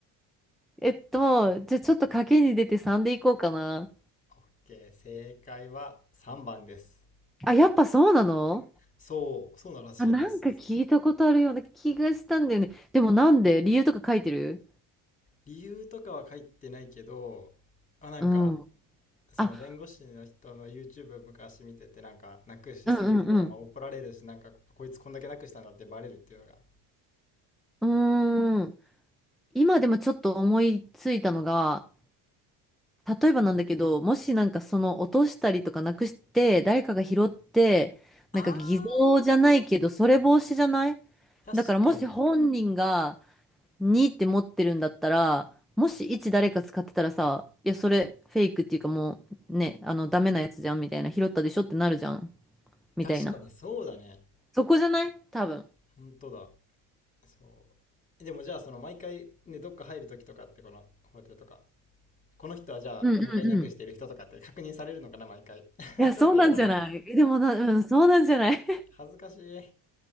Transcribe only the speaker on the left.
OK。正解は3番です。
そう、そうならしいんです。
理由とかは書いてないけど、まあ、なんか、
その弁護士の人の
YouTube 昔見てて、なんか、なくしすぎてたら、
まあ怒られるし、なんか、こいつこんだけなくしたんだってバレるっていうのが。
あ
ー、
確かに。
確かにそうだね。
本当だ。そう。でもじゃあ、その毎回ね、どっか入るときとかって、この法廷とか、この人はじゃあ4回なくしている人とかって確認されるのかな、
毎回。<laughs>
ちょっと嫌だな。
恥ずかしい。